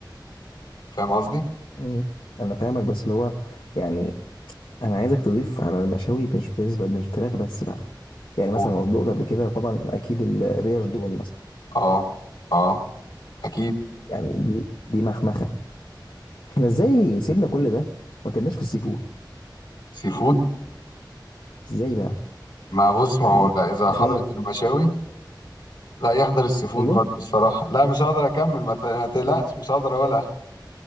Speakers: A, on the left (about 70°); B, on the left (about 80°).
A: فاهم قصدي؟
B: مم. انا فاهمك بس اللي هو يعني انا عايزك تضيف على المشاوي مش بالنسبه مش فراخ بس بقى يعني مثلا
A: و...
B: لو دقت قبل كده طبعا اكيد الريش دوني مثلا
A: اه اه اكيد
B: يعني دي دي مخمخه احنا ازاي سيبنا كل ده ما كناش في السي فود
A: سي فود
B: ازاي بقى
A: ما بص ما
B: يعني
A: هو لا اذا
B: تخيل
A: حضرت المشاوي لا يحضر السي فود
B: ايوه
A: برضه الصراحه لا مش هقدر اكمل ما ت- ما تقلقش مش هقدر اقولها